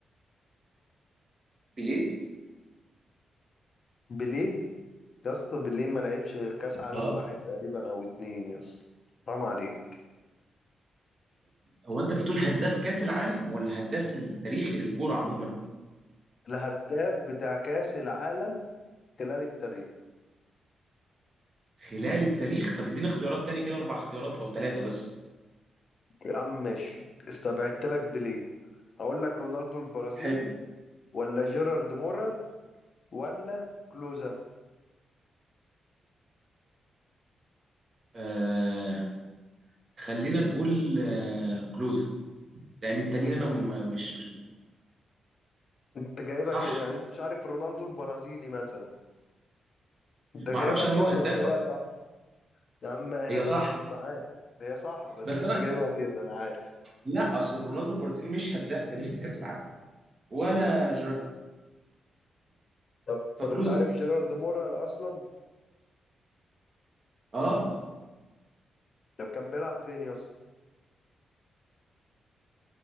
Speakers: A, on the right (about 40°); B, on the left (about 55°).
A: بيليه
B: بليه يا اسطى بليه ما لعبش غير كاس عالم
A: اه
B: واحد تقريبا او اتنين يا اسطى حرام عليك
A: هو انت بتقول هداف كاس العالم ولا هداف التاريخي للكوره عموما
B: الهداف بتاع كاس العالم خلال التاريخ
A: خلال التاريخ طب اديني اختيارات تاني كده اربع اختيارات او ثلاثه بس
B: يا عم ماشي استبعدت لك بليه اقول لك رونالدو البرازيلي
A: حلو
B: ولا جيرارد مولر ولا كلوزا
A: آه خلينا نقول آه كلوزا لان التانيين
B: انت
A: انا م- مش مش
B: انت جايبها
A: صح
B: كده يعني انت مش عارف رونالدو البرازيلي مثلا انت جايبها
A: ما اعرفش
B: كده
A: هل هو هداف
B: بس هي
A: ولا
B: صح يا عم هي
A: هي
B: ضربت
A: صح
B: معاك هي صح بس
A: بس
B: انت
A: انا
B: جايبها كده انا عارف
A: لا اصل رونالدو البرازيلي مش هداف تاريخ الكاس العالم ولا جيرارد
B: طب
A: فكلوزا
B: طب انت عارف جيرارد مورال اصلا
A: اه
B: طب كان بيلعب فين يا اسطى